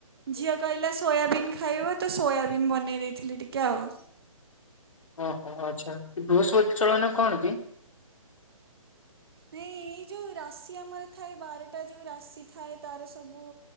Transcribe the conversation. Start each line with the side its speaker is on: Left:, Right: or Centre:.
Right: ଝିଅ କହିଲା ସ୍କୁ ସୋୟାବିନ ଖାଇବ ତ ସୋୟାବିନ ବନେଇ ଦେଇଥିଲି ଟିକିଏ ଆଉ।
Left: ଓହୋ ଆଚ୍ଛା ବୃହସ୍ପତି ଚଳନ କଣ କି?
Right: ନାଇଁ ଏଇ ଯୋଉ ରାଶି ଆମର ଥାଏ ବାରଟା ଯୋଉ ରାଶି ଥାଏ ତାର ସବୁ